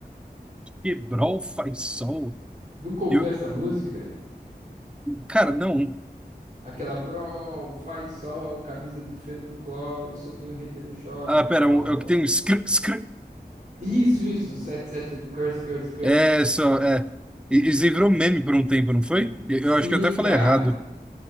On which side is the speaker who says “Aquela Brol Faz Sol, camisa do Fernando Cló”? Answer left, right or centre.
Right